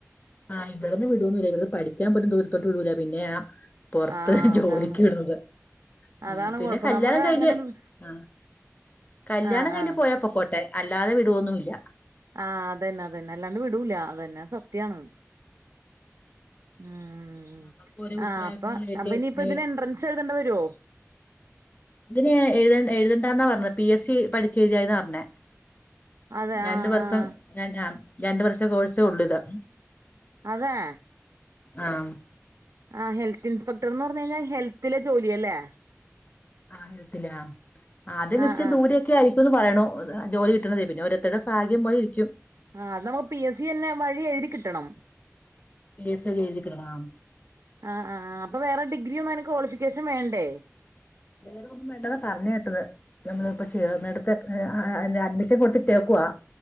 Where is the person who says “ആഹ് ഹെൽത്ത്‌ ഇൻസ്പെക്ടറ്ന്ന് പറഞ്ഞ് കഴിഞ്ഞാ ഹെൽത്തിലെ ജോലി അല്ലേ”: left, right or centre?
Right